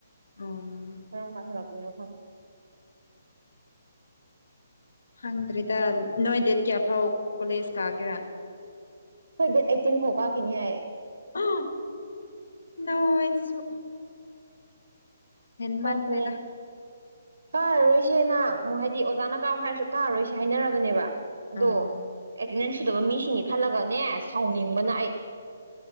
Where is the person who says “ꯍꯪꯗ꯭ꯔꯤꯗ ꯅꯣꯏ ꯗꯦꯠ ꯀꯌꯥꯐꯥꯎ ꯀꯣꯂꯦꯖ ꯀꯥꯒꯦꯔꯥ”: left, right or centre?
Left